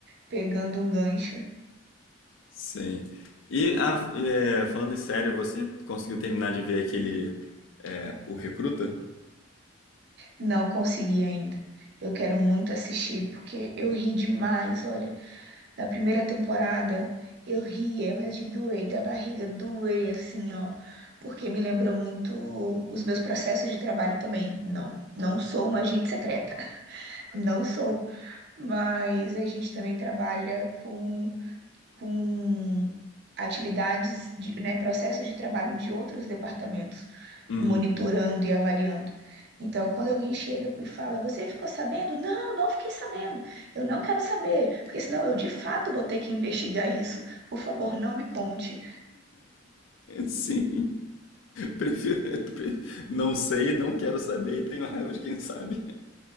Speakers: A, on the right (about 55°); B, on the left (about 75°).
A: pegando um gancho.
B: Sim. E ah, e, é, falando em sério, você conseguiu terminar de ver aquele é, o Recruta?
A: Não consegui ainda. Eu quero muito assistir porque eu ri demais, olha. Na primeira temporada, eu ria, mas de doer, da barriga doer, assim, ó. Porque me lembra muito os meus processos de trabalho também. Não, não sou uma agente secreta. <laughs> Não sou. Mas a gente também trabalha com com atividades, de, né, processos de trabalho de outros departamentos,
B: Uhum.
A: monitorando e avaliando. Então, quando alguém chega e fala, você ficou sabendo? Não, não fiquei sabendo. Eu não quero saber, porque senão eu de fato vou ter que investigar isso. Por favor, não me conte.
B: <laughs> Sim. Prefiro, pre- não sei, não quero saber e tenho raiva de quem sabe.